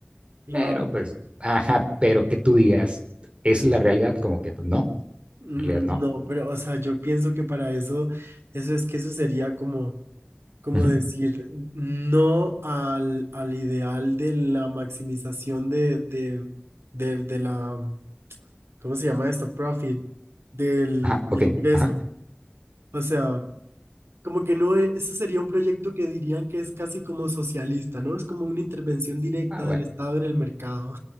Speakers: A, on the right (about 85°); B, on the right (about 30°).
A: claro.
B: Pero pues, ajá, pero que tú digas, ¿esa es la realidad, como que pues, no,
A: Mm,
B: en realidad no.
A: No, pero, o sea, yo pienso que para eso, eso es que eso sería como, como
B: Ujú.
A: decir no al, al ideal de la maximización de, de, del- de la, ¿cómo se llama esto? Profit, del,
B: Ajá,
A: del
B: ok.
A: ingreso.
B: Ajá.
A: O sea, como que no, e- eso sería un proyecto que dirían que es casi como socialista, ¿no? Es como una intervención directa
B: Ah, bueno.
A: del Estado en el mercado.